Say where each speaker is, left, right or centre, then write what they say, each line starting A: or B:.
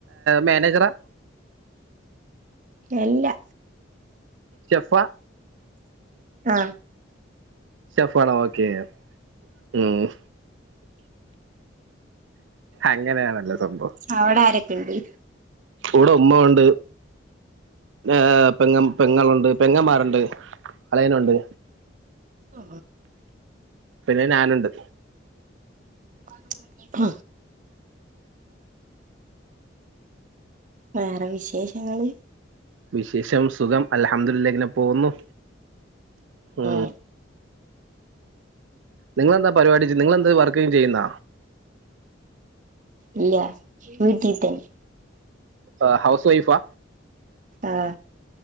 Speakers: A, on the right (about 75°); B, on the right (about 45°).
A: മാനേജറാ
B: എല്ല
A: ജഫ
B: ആ
A: ഷെഫണോ ഓക്കെ മ് അങ്ങനെയാണല്ലോ സം-
B: അവിടെ ആരൊക്കെ ണ്ട്
A: ഇവിടെ ഉമ്മ ഉണ്ട് ഏ പെങ്ങ പെങ്ങളുണ്ട് പെങ്ങന്മാരുണ്ട് അളിയനുണ്ട്
B: ആ
A: പിന്നെ നാനുണ്ട്
B: ആഹ വേറെ വിശേഷങ്ങള്
A: വിശേഷം സുഖം അലഹദുള്ള ഇങ്ങനെ പോകുന്നു മ്
B: ഉം
A: നിങ്ങെന്താ പരിപാടി നിങ്ങെന്താ വർക്ക് യും ചെയ്യുന്ന
B: ഇല്ല വീട്ടിതന്നെ
A: ആ ഹൗസ് വൈഫാ
B: ആഹ്